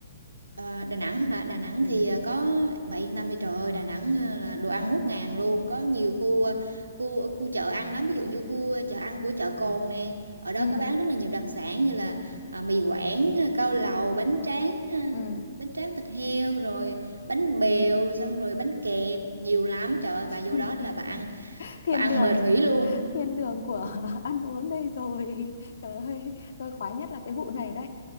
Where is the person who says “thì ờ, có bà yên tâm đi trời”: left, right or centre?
Right